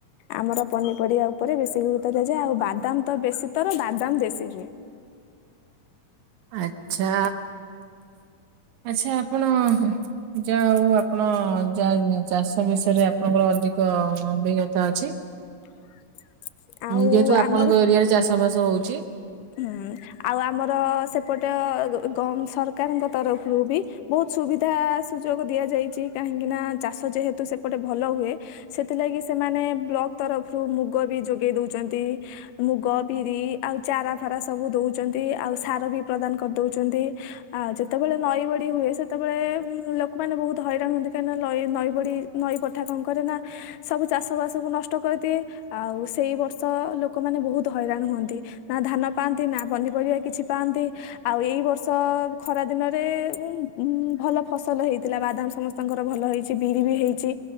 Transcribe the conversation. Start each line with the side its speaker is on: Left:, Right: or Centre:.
Left: ଆମର ପନିପରିବା ଉପରେ ବେଶୀ ଗୁରୁତ୍ୱ ଦିଆଯାଏ ଆଉ ବାଦାମ ତ ବେଶୀ ତର ବାଦାମ ବେଶୀ ସେତିଲେ
Right: ଆଚ୍ଛା ଆଚ୍ଛା ଆପଣ। ଯାହା ହଉ ଆପଣ ଯାହା ଚାଷ ବିଷୟରେ ଆପଣଙ୍କର ଅଧିକ ଅଭିଜ୍ଞତା ଅଛି।
Left: <inaudible> ଆଉ
Right: ଯେହେତୁ ଆପଣଙ୍କ
Left: ଆମର
Right: ଏରିଆରେ ଚାଷ ବାସ ହଉଛି।
Left: ହୁଁ ଆଉ ଆମର ସେପଟେ ଗମ୍ ସରକାରଙ୍କ ତରଫରୁ ବି ବହୁତ ସୁବିଧା ସୁଯୋଗ ଦିଆଯାଇଛି କାହିଁକି ନା ଚାଷ ଯେହେତୁ ସେପଟେ ଭଲ ହୁଏ ସେଥିଲାଗି ସେମାନେ ବ୍ଲକ ତରଫରୁ ମୁଗ ବି ଯୋଗେଇ ଦଉଛନ୍ତି। ମୁଗ, ବିରି ଆଉ ଚାରା ଫାରା ସବୁ ଦଉଛନ୍ତି ଆଉ ସାର ବି ପ୍ରଦାନ କରି ଦଉଛନ୍ତି। ଆଉ ଯେତେବେଳେ ନଈ ବଡି ହୁଏ ସେତେବେଳେ ଉ ଲୋକମାନେ ବହୁତ ହଇରାଣ ହୁଅନ୍ତି କାହିଁ ନା ନଇ ନଈ ବଡି ନଈ ପଠା କଣ କରେ ନା ସବୁ ଚାଷବାସକୁ ନଷ୍ଟ କରିଦିଏ। ଆଉ ସେଇ ବର୍ଷ ଲୋକମାନୋ ବହୁତ ହଇରାଣ ହୁଅନ୍ତି। ନା ଧାନ ପାଆନ୍ତି ନା ପନିପରିବା କିଛି ପାଆନ୍ତି ଆଉ ଏଇ ବର୍ଷ ଖରା ଦିନରେ ଉ ଉ ଭଲ ଫସଲ ହେଇଥିଲା ବାଦାମ ସମସ୍ତ ତାଙ୍କର ଭଲ ହେଇଛି ବିରି ବି ହେଇଛି।